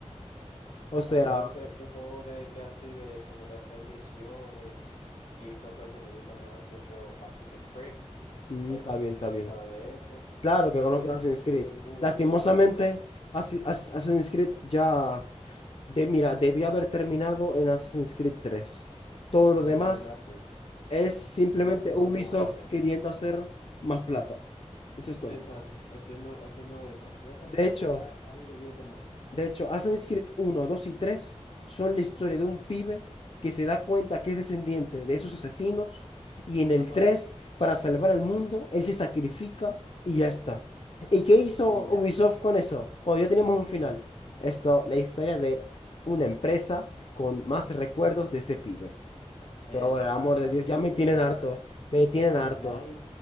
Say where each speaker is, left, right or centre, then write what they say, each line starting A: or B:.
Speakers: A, on the left; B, on the left.
A: O sea,
B: A mí lo que los juegos de, de así de como de hacer misiones y cosas así me gusta más mucho Assassin's Creed.
A: mm,
B: Eh,
A: está
B: no
A: bien,
B: sé si
A: está
B: tú
A: bien.
B: sabes de ese.
A: Claro que
B: Ese
A: conozco Assassin's
B: es
A: Creed.
B: muy, muy,
A: Lastimosamente,
B: mucha historia.
A: Assi- Ass- Assassin's Creed ya, de, mira, debía haber terminado en Assassin's Creed 3. Todo lo
B: En
A: demás
B: verdad, sí.
A: es simplemente
B: Ya se volvió
A: Ubisoft
B: basura.
A: queriendo hacer más plata. Eso es todo.
B: Exacto. Haciendo, haciendo demás. Ya en el
A: De
B: 3
A: hecho,
B: ya ahí debió terminar.
A: De hecho, Assassin's Creed uno, 2 y 3 son la historia de un pibe que se da cuenta que es descendiente de esos asesinos y en el
B: Ajá.
A: 3 para salvar al mundo, él se sacrifica y ya está. ¿Y qué hizo
B: Y ya.
A: Ubisoft con eso? Cuando ya tenemos un final. Esto, la historia de una empresa con más recuerdos de ese pibe. Pero
B: Exactamente,
A: ahora, amor de Dios, ya me tienen
B: ya,
A: harto, me tienen harto.
B: ya y,